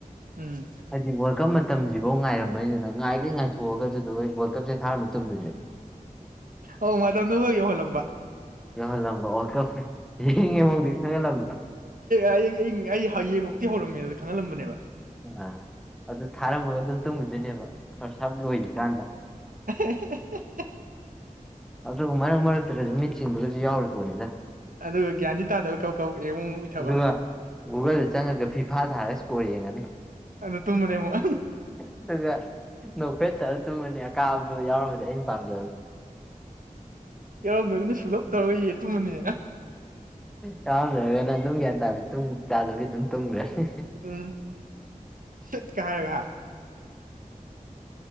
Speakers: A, on the right; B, in the centre.
A: ꯎꯝ
B: ꯍꯥꯏꯗꯤ ꯋꯥꯔꯜ ꯀꯞ ꯃꯇꯝꯁꯤꯐꯧ ꯉꯥꯏꯔꯝꯃꯅꯤꯗꯨꯅ ꯉꯥꯏꯈꯩ ꯉꯥꯏꯊꯣꯛꯑꯒꯗꯨꯗꯣ ꯍꯣꯏ ꯋꯥꯔꯜ ꯀꯞꯁꯦ ꯊꯥꯔ ꯃꯇꯝꯗꯨꯅꯦꯕ
A: ꯑꯣ ꯃꯇꯝꯗꯨ ꯈ ꯌꯧꯍꯜꯂꯝꯕ
B: ꯌꯧꯍꯜꯂꯝꯕ ꯑꯣꯇꯣ ꯌꯦꯡꯉꯦ ꯍꯧꯨꯗꯤ ꯈꯪꯒꯜꯂꯝꯕ
A: ꯑꯩ ꯍꯌꯦꯡꯃꯛꯇꯤ ꯍꯧꯔꯝꯃꯦ ꯑꯗꯨꯗ ꯈꯪꯍꯜꯂꯝꯕꯅꯦꯕ
B: ꯑ ꯑꯗꯨ ꯊꯥꯔꯝꯃꯒ ꯑꯗꯨꯝ ꯇꯧꯤꯗꯣꯏꯅꯦꯕ ꯐꯔꯁꯞ ꯂꯣꯏꯗ꯭ꯔꯤꯀꯥꯟꯗ
A: ꯑ <inaudible>
B: ꯑꯗꯨ ꯃꯌꯥ ꯆꯠꯇꯁꯨ ꯃꯤꯠ ꯆꯤꯡꯕꯒꯁꯨ ꯌꯥꯎꯔꯤ ꯄꯣꯠꯅꯤꯗ
A: ꯑꯗꯨꯒ ꯒ꯭ꯌꯥꯟꯗꯤ ꯇꯥꯗꯕ ꯀꯧ ꯀꯧ ꯑꯃꯨꯛ ꯎꯏꯊꯕ
B: ꯑꯗꯨꯒ ꯒꯨꯒꯜꯗ ꯆꯪꯉꯒ ꯐꯤꯐꯥ ꯊꯥꯔꯒ ꯏꯁꯀꯣꯔ ꯌꯦꯡꯉꯅꯤ
A: ꯑꯗꯨꯗ ꯇꯨꯝꯃꯅꯦ ꯑꯃꯨꯛ
B: ꯑꯗꯨꯒ ꯅꯣꯛꯈꯦ ꯇꯔ ꯇꯨꯝꯃꯅꯤ ꯑꯀꯥꯕꯗꯨ ꯌꯥꯎꯔꯝꯃꯗꯤ ꯑꯩꯅ ꯄꯥꯝꯖꯕ
A: ꯌꯥꯎꯔꯝꯗ꯭ꯔꯒꯅ ꯁꯨꯡꯂꯞ ꯇꯧꯔꯏ ꯇꯨꯝꯃꯅꯤ
B: ꯆꯥꯔꯝꯗ꯭ꯔꯒꯅ ꯑꯗꯨꯝ ꯒ꯭ꯌꯥꯟ ꯇꯥ ꯆꯥꯗꯕꯤ ꯑꯗꯨꯝ ꯇꯨꯝꯈ꯭ꯔꯅꯤ
A: ꯎꯝ ꯁꯤꯠ ꯀꯔꯒ